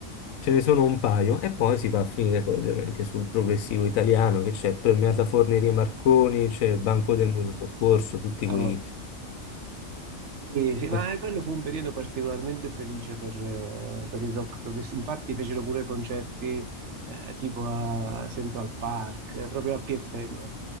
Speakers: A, on the left; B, on the right.
A: Ce ne sono un paio e poi si va a finire poi ovviamente sul progressivo italiano che c'è Premiata Fornerie Marconi, c'è il Banco
B: Oddio.
A: del Mutuo Soccorso, tutti
B: Ah,
A: quei...
B: vabbè. Sì, sì, ma
A: tutti-
B: eh, quello fu un periodo particolarmente felice per, eh, per il rock progressivo. Infatti fecero pure concerti eh, tipo a Central Park, eh, proprio a PFM.